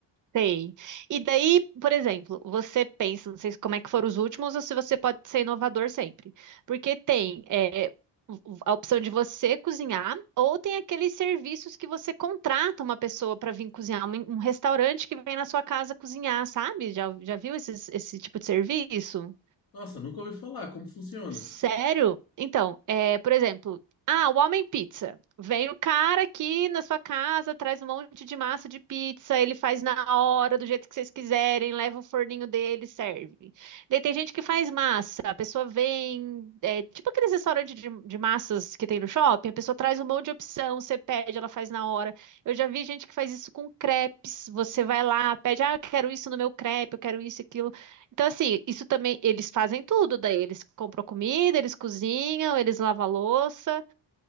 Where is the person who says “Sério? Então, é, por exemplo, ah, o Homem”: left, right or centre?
Right